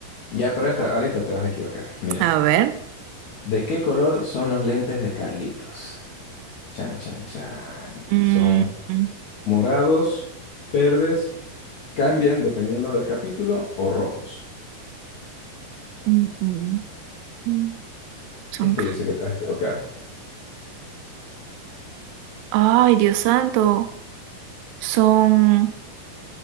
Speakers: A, on the left; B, on the right.
A: Ya, pero esta, ahorita te vas a equivocar. Mira,
B: A ver.
A: ¿de qué color son los lentes de Carlitos? Chan, chan, chan.
B: Mm,
A: ¿Son
B: mm,
A: morados, verdes, cambian dependiendo del capítulo o rojos?
B: mm, mm, mm. Son...
A: Este yo sé que te vas a equivocar.
B: Ay, Dios santo. Son.